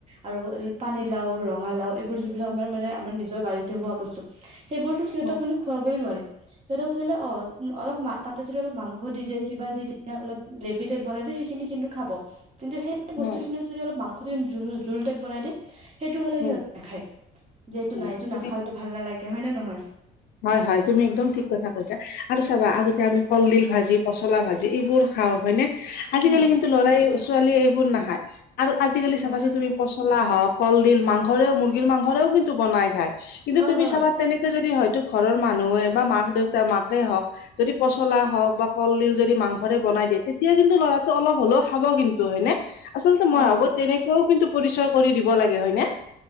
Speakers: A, on the right (about 35°); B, on the left (about 70°).
A: আৰু পানী
B: উম
A: লাও, ৰঙা লাও', এইবোৰ যিবিলাক আমাৰ মানে, আমাৰ নিজৰ বাৰীতে হোৱা বস্তু সেইবোৰতো সিহঁতক
B: উম
A: মানে খুৱাবই নোৱাৰি, ' সিহঁতে ধৰিল অ', - উম', অলপ মাত', তাতে যদি অলপ মাংস দি দিয়ে, কিবা দি দিয়ে, অলপ গ্ৰেভি টাইপ বনাই দিয়ে সেইখিনি কিন্তু খাব, কিন্তু সেই', এই বস্তু
B: উম
A: খিনি যদি অলপ মাংসদি জোল-জোল টাইপ বনাই দিয়ে', সেইটো হ'লে
B: উম
A: সিহঁত নাখায়, যে এইটো
B: উম
A: নাই এইটো
B: তুমি
A: নাখাওঁ এইটো ভাল নালাগে হয় নে নহয়',
B: হয়', হয়', তুমি একদম ঠিক কথা কৈছা আৰু চাবা আগতে আমি কলডিল ভাজি পচলা ভাজি এইবোৰ', খাওঁ হয় নে, আজিকালি
A: উম
B: কিন্তু ল'ৰাই ছোৱালীয়ে এইবোৰ নাখায় আৰু আজিকালি
A: নাই
B: চাবাচোন তুমি', পচলা হওঁক, কলডিল মাংসৰেও মুৰ্গীৰ মাংসৰেও কিন্তু বনাই খায় কিন্তু
A: হয়
B: তুমি
A: হয়
B: চাবা তেনেক', যদি হয়তো ঘৰৰ মানুহে বা মাক দেউতা মাকে হওঁক', যদি পচলা হওঁক বা কলডিল যদি মাংসৰে বনাই দিয়ে তেতিয়া কিন্তু ল'ৰাটো অলপ হলেও খাব কিন্তু হয়নে', আচলতে মই
A: হয়
B: ভাবোঁ
A: হয়।
B: তেনেকুৱাও কিন্তু পৰিচয় কৰি দিব লাগে হয় নে',